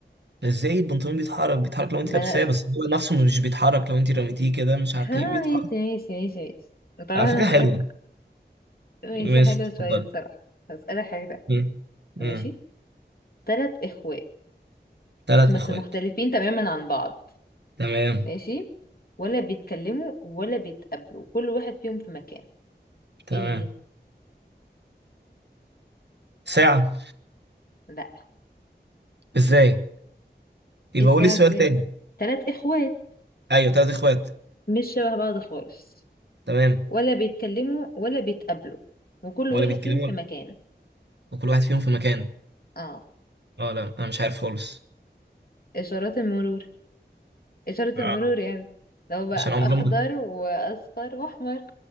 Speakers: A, on the right; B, on the left.
A: ازاي البنطلون بيتحرك بيتحرك لو انت
B: ما
A: لابساه
B: انا
A: بس هو نفسه مش بيتحرك لو انت رميتيه كده مش هتلاقيه
B: ها ماشي
A: بيتحرك
B: ماشي ماشي ماشي طبعا
A: على
B: انا
A: فكرة
B: هسألك
A: حلوة
B: ماشي
A: ماشي
B: حلوة
A: اتفضل
B: شوية الصراحة هسألك حاجة تانية
A: مم.
B: ماشي
A: مم.
B: تلات اخوات
A: تلات
B: بس
A: اخوات
B: مختلفين تماما عن بعض
A: تمام
B: ماشي ولا بيتكلموا ولا بيتقابلوا كل واحد فيهم في مكان
A: تمام
B: ايه هي
A: ساعة
B: لا
A: ازاي يبقى
B: ايه الساعة
A: قولي السؤال
B: ازاي
A: تاني
B: تلات اخوات
A: ايوه تلات اخوات
B: مش شبه بعض خالص
A: تمام
B: ولا بيتكلموا ولا بيتقابلوا وكل
A: ولا
B: واحد
A: بيتكلموا
B: فيهم في
A: ولا-
B: مكان
A: وكل واحد فيهم في مكان
B: اه
A: اه لا انا مش عارف خالص
B: اشارات المرور اشارة
A: آه.
B: المرور يعني لو بقى
A: عشان عمرهم
B: اخضر واصفر واحمر